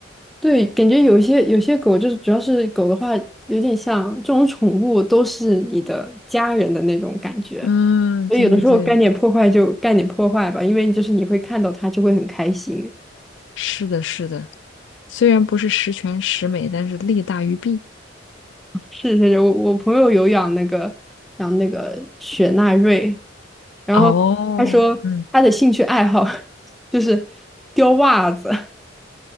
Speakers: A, in the centre; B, on the left.
A: 对，感觉有一些有些狗就是，主要是狗的话，有点像这种宠物都是你的家人的那种感觉，
B: 嗯，
A: 所以有的时候干点破坏就干点破坏吧，
B: 对对对，
A: 因为就是你会看到它就会很开心。
B: 是的，是的。虽然不是十全十美，但是利大于弊。
A: 是是是，我我朋友有养那个养那个雪纳瑞，然后他说他的兴趣爱好
B: 哦，嗯，
A: <laughs> 就是叼袜子，<laughs>